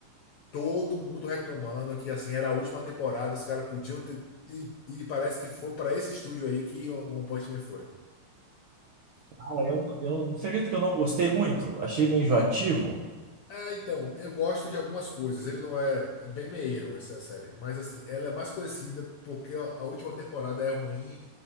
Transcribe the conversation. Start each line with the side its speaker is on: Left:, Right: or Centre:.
Left: Todo mundo reclamando que assim era a última temporada, os caras podiam ter. E, e parece que foi para esse estúdio aí que o One Punch Man foi.
Right: Cara, eu, eu, você acredita que eu não gostei muito? Achei bem enjoativo.
Left: É, então, eu gosto de algumas coisas. Ele não é, é bem meieiro, essa série. Mas, assim, ela é mais conhecida porque a a última temporada é ruim,